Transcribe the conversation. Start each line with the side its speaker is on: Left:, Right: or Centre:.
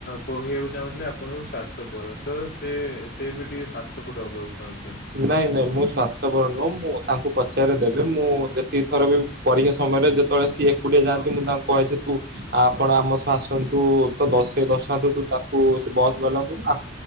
Left: କହିବାକୁ ଚାହୁଁଥିଲେ ଆପଣଙ୍କୁ ସାତଶହ ପର ତ ସେ ସେ ବି ଟିକେ ସାତ ସବୁଠ ହବାକୁ ଚାହୁଁଛନ୍ତି।
Right: ନାଇଁ ନାଇଁ ମୁଁ ସ୍ୱାର୍ଥପର ନୁହେଁ ମୁଁ ତାଙ୍କୁ ପଚାରି ଦେବେ ମୁଁ ଯେ ସେଇ ଥର ବି ପରୀକ୍ଷା ସମୟରେ ଯେତେବେଳେ ସିଏ ଏକୁଡିଆ ଯାଆନ୍ତି
Left: ହଁ,
Right: ମୁଁ ତାଙ୍କୁ କହେ ଯେ ତୁ ଆ ଆପଣ ଆମ ସବୁ ଆସନ୍ତୁ ତ ଦଶେଇ ଦର୍ଶାନ୍ତୁ ତୁ ତାକୁ ସେ ବସ୍ ବେଲନ୍ତୁ ଆ